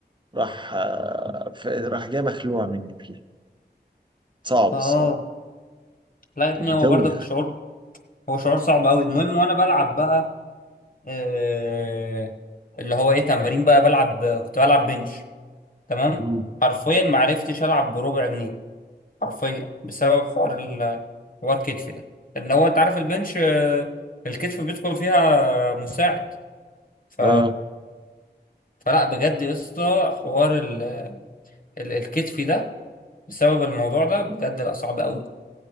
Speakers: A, on the right (about 25°); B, on the left (about 50°).
A: راح آه، ف- راح جاي مخلوع مني فيها صعب
B: اه
A: الصراحة
B: لا يا ابني
A: كانت بتوجع
B: هو برضك شعور هو شعور صعب قوي المهم وانا بلعب بقى آه اللي هو ايه تمارين بقى بلعب كنت بلعب بنش تمام
A: مم.
B: حرفيا ما عرفتش العب بربع جنيه حرفيا بسبب حوار ال- حوار الكتف ده ان هو انت عارف البنش آه الكتف بيدخل فيها مساعد ف...
A: اه
B: فلا بجد يا اسطى حوار ال... ال- الكتف ده بسبب الموضوع ده بجد لا صعب قوي